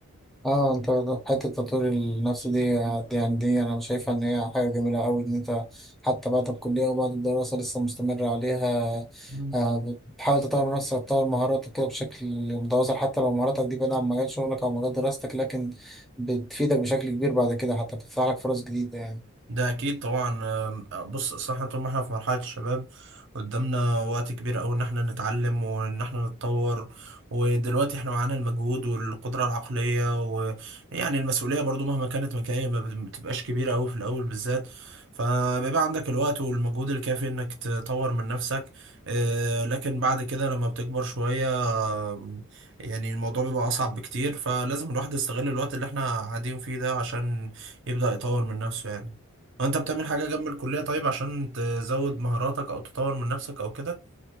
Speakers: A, in the centre; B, on the right.
A: اه انت حتة تطوير النفس دي دي يعني دي انا شايفها ان هي حاجة جميلة قوي ان انت حتى بعد الكلية وبعد الدراسة لسه مستمر عليها
B: ف...
A: آه، بتحاول تطور نفسك تطور مهاراتك كده بشكل متواصل حتى لو مهاراتك دي بعيدة عن مجال شغلك او مجال دراستك لكن بتفيدك بشكل كبير بعد كده حتى بتفتح لك فرص جديدة يعني
B: ده اكيد طبعا أم، بص اصل احنا طول ما احنا في مرحله الشباب قدامنا وقت كبير قوي ان احنا نتعلم وان احنا نتطور ودلوقتي احنا معانا المجهود والقدره العقليه ويعني المسؤوليه برضو مهما كانت مكانية ما بت- ما بتبقاش كبيره قوي في الاول بالذات فبيبقى عندك الوقت والمجهود الكافي انك تطور من نفسك آه، لكن بعد كده لما بتكبر شويه آم، يعني الموضوع بيبقى اصعب بكتير فلازم الواحد يستغل الوقت اللي احنا قاعدين فيه ده عشان يبدأ يطور من نفسه يعني هو انت بتعمل حاجة جنب الكلية طيب عشان تزود مهاراتك او تطور من نفسك او كده